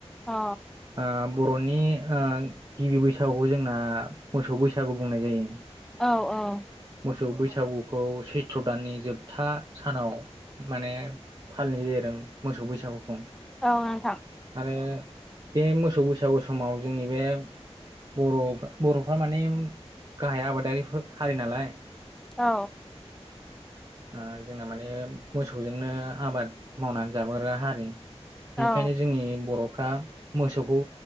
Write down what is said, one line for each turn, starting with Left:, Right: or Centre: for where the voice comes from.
Centre: औ
Right: ओ बर'नि ओ गिबि बैसागुखौ जोंना मोसौ बैसागु बुंनाय जायो।
Centre: औ औ
Right: मोसौ बैसागुखौ सैथ्र' दाननि जोबथा सानाव माने फालिनाय जायो आरो। मोसौ बैसागुखौ।
Centre: औ नोंथां।
Right: आरो बे मोसौ बैसागु समाव जोंनि बे बर' बर'फ्रा माने गाहाय आबादारिफोर हारि नालाय।
Centre: औ।
Right: ओ जोंना माने मोसौजोंनो आबाद मावनानै जाबोग्रा हारि। बेनिखायनो
Centre: औ
Right: जोंनि बर' फ्रा मोसौखौ